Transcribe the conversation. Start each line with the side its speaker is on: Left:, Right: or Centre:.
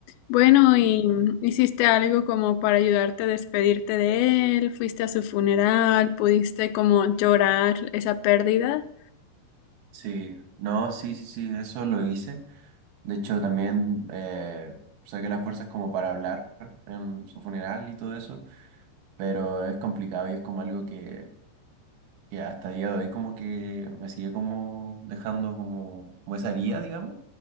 Left: Bueno, ¿y
Right: Sí.
Left: hiciste algo como para ayudarte a despedirte de él? ¿Fuiste a su funeral? ¿Pudiste como llorar esa pérdida?
Right: Sí, no, sí, sí, sí, eso lo hice. De hecho, también eh, saqué las fuerzas como para hablar en su funeral y todo eso, pero es complicado y es como algo que que hasta día de hoy como que me sigue como dejando como, como esa herida, digamos,